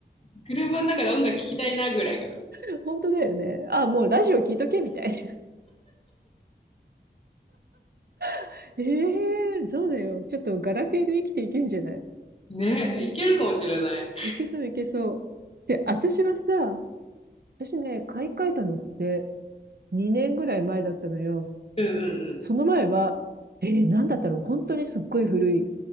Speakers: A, on the left (about 35°); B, on the right (about 60°).
A: 車の中で音楽聴きたいなぐらいか
B: <laughs> 本当だよね。あ、もうラジオ聞いとけみたいな。<laughs> ええー、そうだよ。ちょっとガラケーで生きていけんじゃない
A: な。ね、いけるかもしれない。
B: いけそういけそう。で、私はさ、私ね、買い替えたのって2年ぐらい前だったのよ。
A: うんうんうん。
B: その前は、えー、なんだったろう。本当にすっごい古い